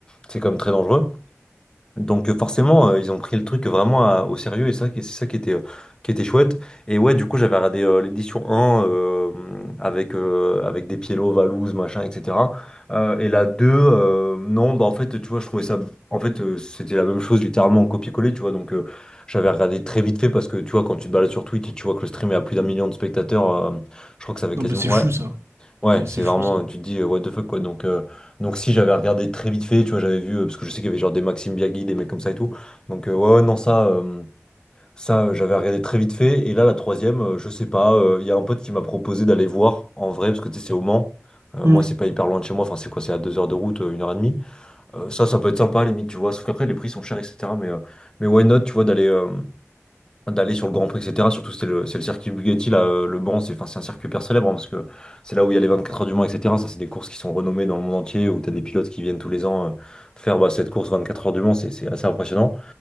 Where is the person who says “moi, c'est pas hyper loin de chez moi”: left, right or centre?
Left